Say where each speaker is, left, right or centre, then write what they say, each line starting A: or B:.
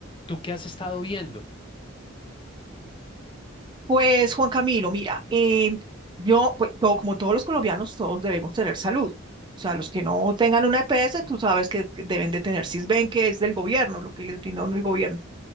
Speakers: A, on the left; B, on the right.
A: ¿Tú qué has estado viendo?
B: Pues Juan Camilo, mira, eh, yo, pues, todo- como todos los colombianos, todos debemos tener salud. O sea, los que no tengan una EPS, tú sabes que que deben de tener Sisbén, que es del gobierno, lo que les brinda a uno el gobierno.